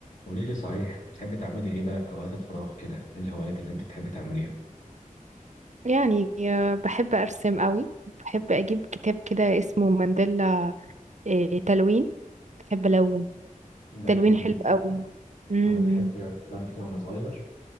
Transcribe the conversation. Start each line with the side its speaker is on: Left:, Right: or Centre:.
Left: قولي لي صحيح بتحبي تعملي ايه بقى في اوقات الفراغ كده ايه الهوايات اللي انت بتحبي تعمليها
Right: يعني آه، بحب أرسم قوي بحب أجيب كتاب كده اسمه مانديلا آه، تلوين بحب ألون
Left: ده
Right: تلوين
Left: حلو
Right: حلو
Left: جدا
Right: قوي امم
Left: انا بحب كنت بعمل كده وانا صغير